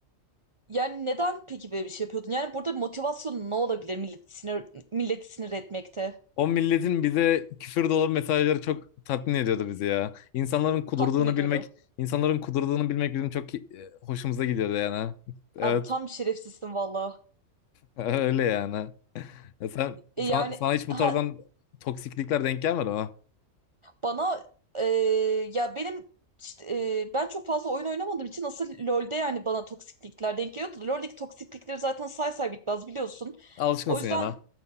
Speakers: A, on the right; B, on the left.
A: yani neden peki böyle bir şey yapıyordun? Yani burada motivasyon ne olabilir milleti sinir, milleti sinir etmekte?
B: O milletin bize küfür dolu mesajları çok tatmin ediyordu bizi ya. İnsanların kudurduğunu
A: Tatmin ediyordu.
B: bilmek, insanların kudurduğunu bilmek bizim çok e, hoşumuza gidiyordu yani.
A: Abi tam
B: <laughs>
A: şerefsizsin valla.
B: Evet, öyle yani. Ya sen,
A: E
B: sana,
A: yani
B: sana hiç bu
A: ha,
B: tarzdan toksiklikler denk gelmedi ama.
A: Bana e, ya benim işte, e, ben çok fazla oyun oynamadığım için asıl LoL'de yani bana toksiklikler denk geliyordu. LoL'deki toksiklikleri zaten say say bitmez biliyorsun.
B: Alışkınsın
A: O yüzden
B: yani ha.